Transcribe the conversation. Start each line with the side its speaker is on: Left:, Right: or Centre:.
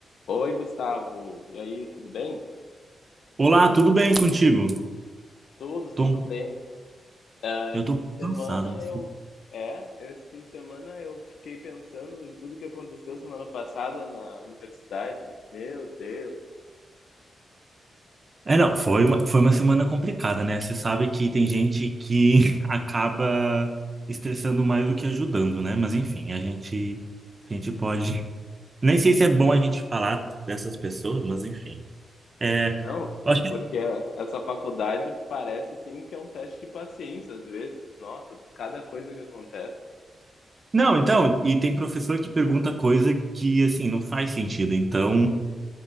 Left: Oi, Gustavo. E aí, tudo bem?
Right: Olá, tudo bem contigo?
Left: Tudo,
Right: Tô-
Left: tudo bem. Ah,
Right: eu
Left: esse
Right: tô
Left: fim de semana
Right: cansado, mas...
Left: eu. É, esse fim de semana eu fiquei pensando em tudo que aconteceu semana passada na universidade. Meu Deus.
Right: É, não, foi uma, foi uma semana complicada, né? Você sabe que tem gente que <laughs> acaba estressando mais do que ajudando, né? Mas enfim, a gente, a gente pode... <laughs> Nem sei se é bom a gente falar dessas pessoas, mas enfim. É,
Left: Não,
Right: acho que-
Left: porque essa faculdade parece assim que é um teste de paciência às vezes. Nossa, cada coisa que acontece.
Right: Não, então, e tem professor que pergunta coisa que, assim, não faz sentido. Então,